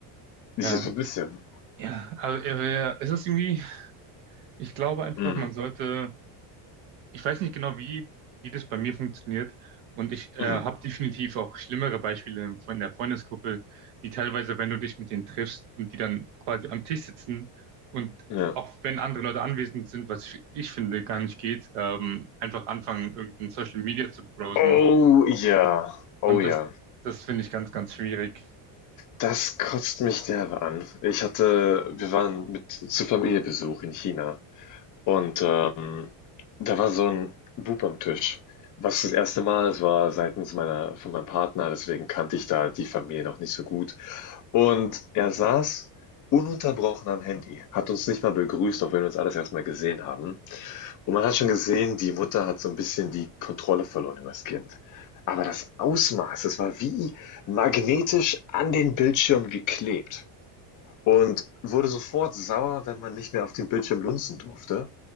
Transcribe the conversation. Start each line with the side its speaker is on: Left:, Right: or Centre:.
Left: Ich
Right: Ja,
Left: so ein bisschen.
Right: ja, also äh, es ist irgendwie, ich glaube einfach,
Left: Mm,
Right: man sollte ich weiß nicht genau, wie, wie das bei mir funktioniert. Und ich äh,
Left: mm,
Right: habe definitiv auch schlimmere Beispiele von der Freundesgruppe, die teilweise, wenn du dich mit denen triffst und die dann quasi am Tisch sitzen und
Left: ja.
Right: auch wenn andere Leute anwesend sind, was ich ich finde gar nicht geht, ähm, einfach anfangen, irgendein Social Media zu browsen.
Left: Oh ja, oh
Right: Und
Left: ja.
Right: das, das finde ich ganz, ganz schwierig.
Left: Das kotzt mich derbe an. Ich hatte wir waren mit zu Familienbesuch in China und, ähm, da war so ein Bub am Tisch, was das erste Mal es war seitens meiner von meinem Partner, deswegen kannte ich da die Familie noch nicht so gut. Und er saß ununterbrochen am Handy, hat uns nicht mal begrüßt, auch wenn wir uns alles erst mal gesehen haben. Und man hat schon gesehen, die Mutter hat so ein bisschen die Kontrolle verloren über das Kind. Aber das Ausmaß, das war wie magnetisch an den Bildschirm geklebt und wurde sofort sauer, wenn man nicht mehr auf dem Bildschirm lunzen durfte.